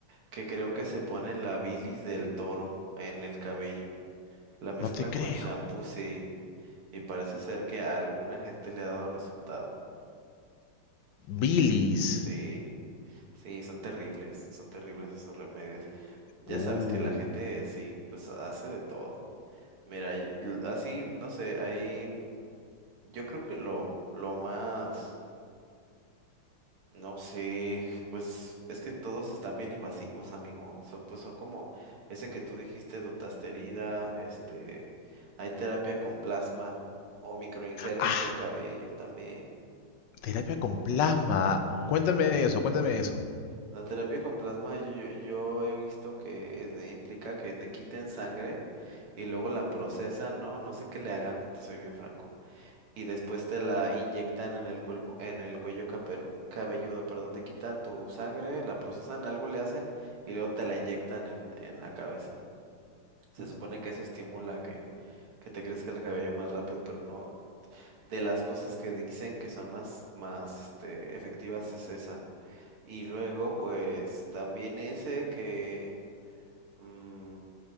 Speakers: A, on the right; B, on the left.
A: que creo que se pone en la bilis del toro en el cabello. La mezclan
B: No te creo.
A: con shampoos y, y parece ser que a alguna gente le ha dado resultado.
B: Bilis.
A: Sí, sí, son terribles, son terribles esos remedios. Ya
B: Uh.
A: sabes que la gente sí, pues hace de todo. Mira, y- l- así, no sé, ahí yo creo que lo, lo más No sé, pues es que todos están bien invasivos, amigo. Son, pues son como ese que tú dijiste, dutasterida, este, hay terapia con plasma o microinjertos
B: Ah,
A: de cabello también.
B: terapia con plasma.
A: Ujú.
B: Cuéntame eso, cuéntame eso.
A: La terapia con plasma yo, yo yo he visto que es de- implica que te quiten sangre y luego la procesan, ¿no? No sé qué le hagan, te soy bien franco. y después te la inyectan en el cuerpo, en el cuello caper- cabelludo, perdón, te quitan tu sangre, la procesan, algo le hacen y luego te la inyectan en, en la cabeza. Se supone que eso estimula que, que te crezca el cabello más rápido, pero no. De las cosas que dicen que son más, más este, efectivas es esa. Y luego, pues, también ese que, mm,